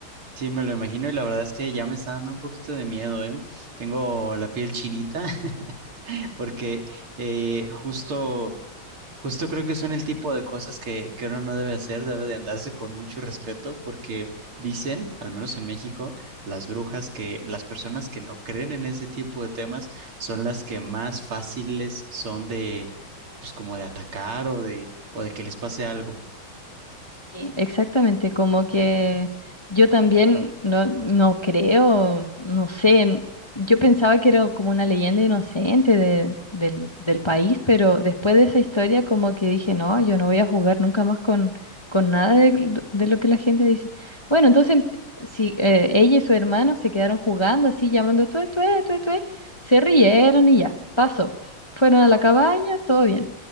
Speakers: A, on the right; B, on the left.
A: Sí, me lo imagino y la verdad es que ya me está dando un poquito de miedo, ¿eh? Tengo la piel chinita <laughs> porque eh, justo, justo creo que son el tipo de cosas que, que uno no debe hacer, debe de andarse con mucho respeto porque dicen, al menos en México, las brujas que las personas que no creen en ese tipo de temas son las que más fáciles son de, pues como de atacar o de, o de que les pase algo.
B: Sí, exactamente, como que yo también no, no creo, no sé, n- yo pensaba que era como una leyenda inocente de- del, del país, pero después de esa historia como que dije, no, yo no voy a jugar nunca más con, con nada de, l- de lo que la gente dice. Bueno, entonces si eh, ella y su hermano se quedaron jugando así, llamando tué, tué, tué, tué, se rieron y ya, pasó. Fueron a la cabaña, todo bien.